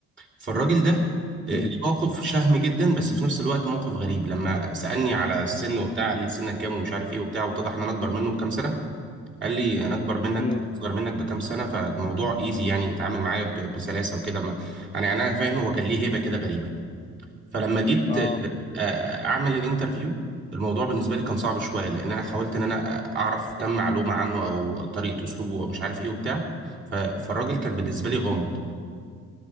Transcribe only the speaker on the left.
مم.
مم.
اه